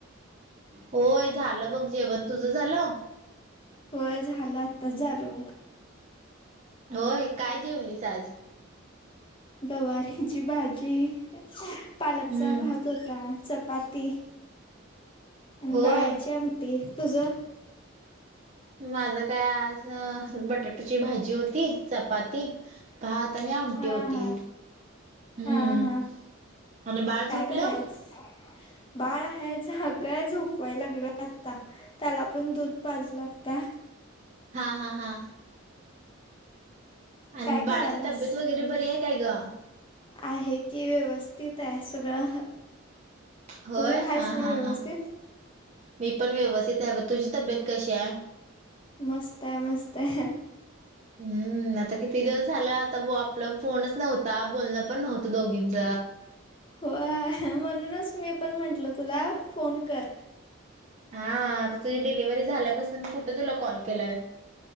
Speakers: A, on the right; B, on the left.
A: होय झालं बघ जेवण. तुझं झालं?
B: होय झालं आत्ताच झालं बघ.
A: होय काय जेवलीस आज?
B: गवारीची भाजी, पालकचा
A: हम्म
B: भात. तुटा चपाती आणि
A: होय
B: डाळीची आमटी. तुझ?
A: माझं काय आज बटाटूची भाजी होती. चपाती भात आणि आमटी
B: हा
A: होती.
B: हा
A: हम्म
B: हा हा
A: आणि बाळ झोपलं
B: काय करायल्यास? बाळ हाय जागाय. झोपवायला लागलोय आता. त्याला पण दूध पाजला आता.
A: हा हा हा. अन्
B: काय
A: बाळाची
B: करायलास
A: तब्येत वगैरे बरी ये काय ग?
B: आहे की व्यवस्थित आहे सगळं.
A: होय
B: तू आहेस
A: हा
B: नाही
A: हा
B: व्यवस्थित
A: हा मी पण व्यवस्थित आहे तुझी तब्येत कशी आहे?
B: मस्त आहे मस्त आहे.
A: हम्म. न आता किती दिवस झाला आता ब आपला फोनच नव्हता बोलणं पण नव्हतं दोघींच.
B: होय म्हणूनच मी पण म्हंटल तुला फोन कर.
A: हा आता तुझी डिलिव्हरी झाल्यापासन मी कुठं तुला कॉल केलाय.